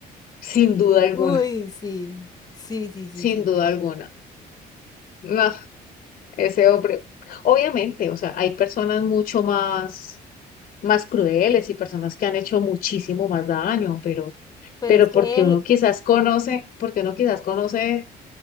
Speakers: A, on the left (about 50°); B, on the left (about 20°).
A: Sin duda alguna,
B: Uy, sí. Sí, sí, sí,
A: sin
B: sí.
A: duda alguna. No, ese hombre. Obviamente, o sea, hay personas mucho más, más crueles y personas que han hecho muchísimo más daño, pero,
B: Pero
A: pero
B: es que
A: porque
B: él...
A: uno quizás conoce, porque uno quizás conoce